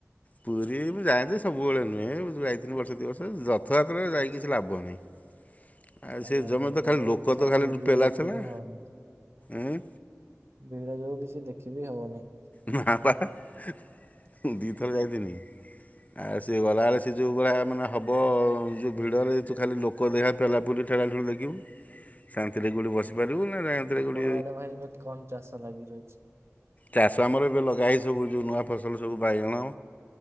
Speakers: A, on the left; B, on the right.
A: ପୁରୀ ମୁଁ ଯାଏଁ ଯେ ସବୁବେଳେ ନୁହେଁ ମୁଁ ଯାଇଥିଲି ବର୍ଷେ ଦି ବର୍ଷ ରଥଯାତ୍ରାରେ
B: ଆଚ୍ଛା
A: ଯାଇ
B: ଆଚ୍ଛା
A: କିଛି ଲାଭ ନାହିଁ। ଆଉ
B: ଆଜ୍ଞା
A: ସେ ଜମି
B: ଭିଡରେ
A: ତ ଖାଲି
B: ବି
A: ଲୋକ
B: କିଛି
A: ତ
B: ଆଜ୍ଞା
A: ଖାଲି
B: ବୁଲିକି
A: ପେଲା
B: ଦେଖିବି
A: ଠେଲା
B: ହିଁ ହଉନି
A: ଉଁ।
B: ଭିଡ ଯୋଗୁ କିଛି ଦେଖିବି ହବନି।
A: ନା ବା ଦି
B: ଆଜ୍ଞା
A: ଥର ଯାଇଥିଲି। ଆଉ ସିଏ ଗଲାବେଳେ ସେ ଯେଉଁ ଭଳିଆ ମାନେ ହବ ଯେଉଁ ଭିଡ଼ରେ ତୁ ଖାଲି ଲୋକ ଦେହ ପେଲାପୁଲି ଠେଲାଠୁଲି ଦେଖିବୁ ଶାନ୍ତିରେ କୋଉଠି ବସିପାରିବୁ ନା ଶାନ୍ତିରେ
B: ଆପଣଙ୍କ
A: କୋଉଠି
B: ଆଡେ ଭାଇ ଏବେ କଣ ଚାଷ ଲାଗି ରହିଛି?
A: ଚାଷ ଆମର ଏବେ ଲଗା ହେଇ ସବୁ ଯେଉଁ ନୂଆ ଫସଲ ସବୁ ବାଇଗଣ।